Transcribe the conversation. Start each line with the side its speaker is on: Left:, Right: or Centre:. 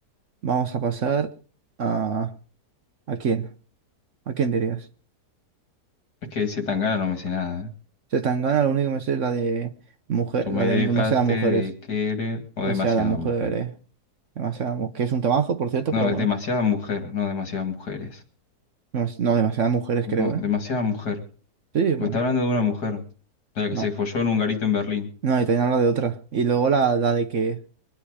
Right: Vamos a pasar a... ¿A quién? ¿A quién dirías?
Left: Es que de ese Tangana no me sé nada. ¿eh?
Right: Se tan gana lo único que me sé es la de mujer,
Left: Tú
Right: la
Left: me
Right: de
Left: dejaste
Right: demasiadas mujeres.
Left: de querer o
Right: Demasiadas
Left: demasiada
Right: mujeres.
Left: mujer.
Right: Demasiadas mu- que es un trabajo, por cierto,
Left: No,
Right: pero bueno.
Left: es demasiada mujer, no demasiadas mujeres.
Right: No, es- no, demasiadas mujeres
Left: No,
Right: creo, ¿eh?
Left: demasiada mujer.
Right: Sí, bueno.
Left: Porque está hablando de una mujer, la que
Right: No.
Left: se folló en un garito en Berlín.
Right: No, y también habla de otra. Y luego la, la de que